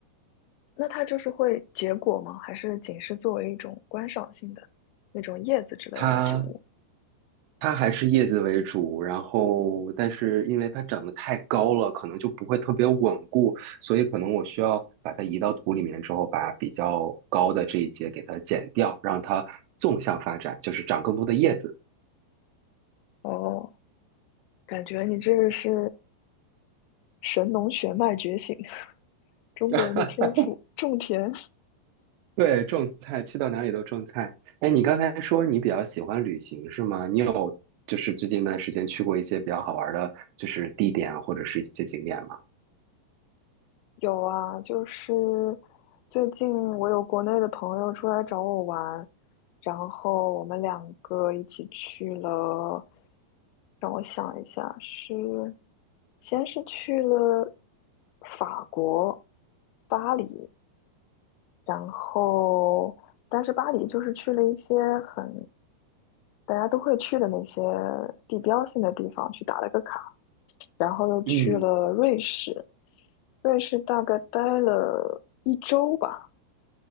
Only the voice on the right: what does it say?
它它还是叶子为主，然后但是因为它长得太高了，可能就不会特别稳固，所以可能我需要把它移到土里面之后，把比较高的这一节给它剪掉，让它纵向发展，就是长更多的叶子。
<laughs>
对，种菜，去到哪里都种菜。哎，你刚才说你比较喜欢旅行是吗？你有就是最近一段时间去过一些比较好玩的，就是地点啊或者是一些景点吗？
嗯，